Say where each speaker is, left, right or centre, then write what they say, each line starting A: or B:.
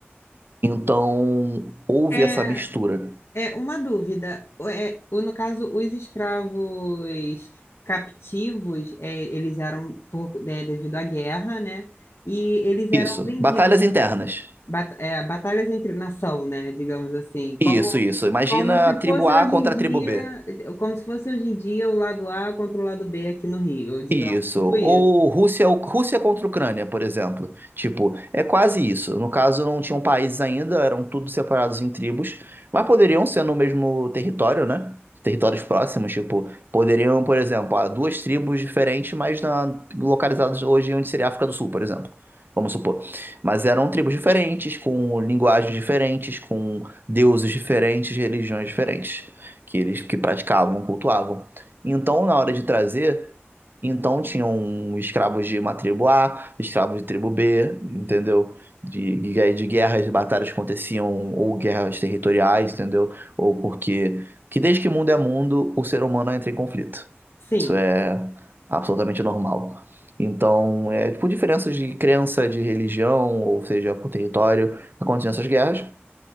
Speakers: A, on the right; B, on the left.
A: Então, houve
B: É,
A: essa mistura.
B: É uma dúvida. É, o- no caso, os escravos captivos, é, eles eram por- é, devido à guerra, né? E eles eram
A: Isso.
B: vendidos,
A: Batalhas internas.
B: bat- é, batalhas entre nação, né? Digamos assim,
A: Isso,
B: como,
A: isso. Imagina
B: como se
A: a tribo
B: fosse
A: A
B: hoje
A: contra
B: em dia,
A: a tribo B.
B: como se fosse hoje em dia o lado A contra o lado B aqui no Rio, digamos,
A: Isso.
B: tipo
A: Ou
B: isso.
A: Rússia, Rússia contra Ucrânia, por exemplo. Tipo, é quase isso. No caso, não tinham países ainda, eram tudo separados em tribos, mas poderiam ser no mesmo território, né? Territórios próximos, tipo, poderiam, por exemplo, há duas tribos diferentes, mas na, localizadas hoje onde seria a África do Sul, por exemplo. Vamos supor. Mas eram tribos diferentes, com linguagens diferentes, com deuses diferentes, religiões diferentes, que eles que praticavam, cultuavam. Então, na hora de trazer. Então tinham escravos de uma tribo A, escravos de tribo B, entendeu? De, de, de guerras, de batalhas que aconteciam, ou guerras territoriais, entendeu? Ou porque. Que desde que mundo é mundo, o ser humano entra em conflito.
B: Sim,
A: Isso é absolutamente normal. Então, é, por diferenças de crença, de religião, ou seja, por território, aconteciam essas guerras.